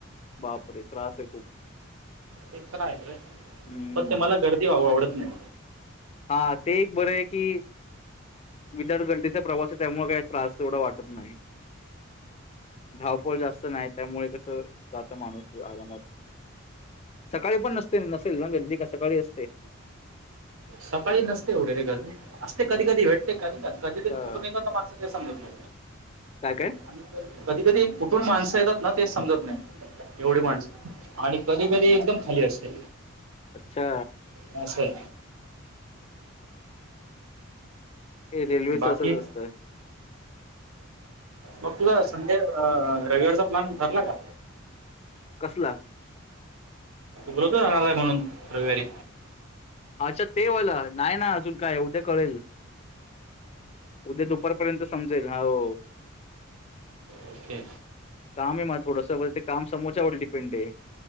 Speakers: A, on the left; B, on the right.
A: बापर त्रास आहे खूप
B: ते खरा आहे खर
A: हम्म.
B: पक्त ते मला गर्दी व आवडत नाही.
A: हा ते एक बरं आहे की विदर्थगडीचा प्रवास आहे त्यामुळे काय त्रास तेवढा वाटत नाही धावपळ जास्त नाही त्यामुळे कस. जात माणूस आरामात सकाळी पण नसते नसेल गर्दी का सकाळी असते.
B: सकाळी नसते एवढे रे गर्दी असते कधी कधी भेटते कधी कधी कधी
A: अच्छा
B: कधी कुठून येतो ना माणस सांगितलं
A: का काे
B: आणि कधी कधी कुठून माणसं येतात ना ते समजत नाही एवढी माणस आणि कधी कधी एकदम खाली असते
A: अच्छा
B: मशे
A: हे रेल्वेच
B: बाकी
A: असंच असत
B: मग तुझा संडे रेग्युलरचा प्लॅन ठरला का
A: कसला
B: उलत जाणार आहे म्हणून रविवारी
A: अच्छा ते वाला नाही ना अजून काय एवद्या कळेल उद्या दुपारपर्यंत समजेल हो
B: ओके
A: काम आहे मझ थडसं ते काम समोच्यावर डिपेंड आहे